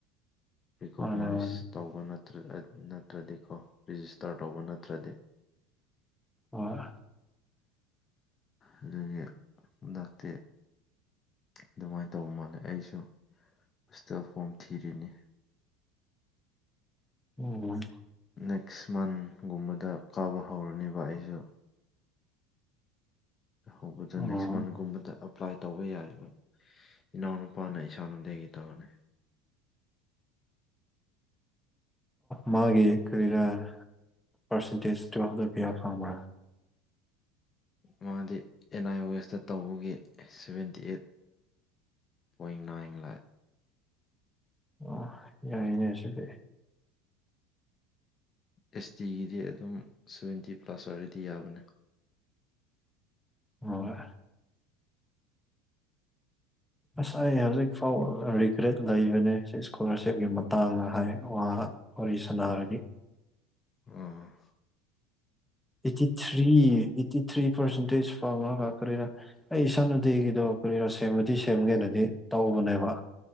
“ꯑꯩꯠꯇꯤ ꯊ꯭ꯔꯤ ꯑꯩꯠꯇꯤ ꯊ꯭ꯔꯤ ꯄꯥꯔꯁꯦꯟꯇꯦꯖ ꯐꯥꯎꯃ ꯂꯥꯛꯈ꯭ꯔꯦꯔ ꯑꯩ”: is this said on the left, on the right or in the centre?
Centre